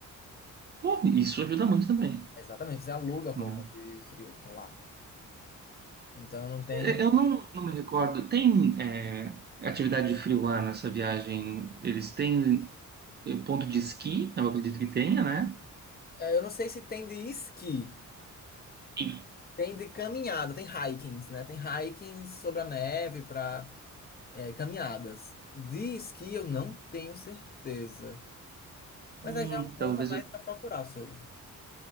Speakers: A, on the right; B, on the left.
A: Pô, isso ajuda muito também,
B: Exatamente, você aluga roupa
A: né?
B: de frio por lá. Então não tem.
A: É, Eu não, não me recordo, tem é, atividade de frio lá nessa viagem? Eles têm é, ponto de esqui, eu acredito que tenha, né?
B: é, Eu não sei se tem de esqui,
A: E,
B: tem de caminhada, tem hikings, né? Tem hikings sobre a neve para é, caminhadas. Diz que eu não tenho certeza.
A: hum,
B: Mas aí já é um ponto
A: talvez
B: a mais
A: eu...
B: para procurar sobre.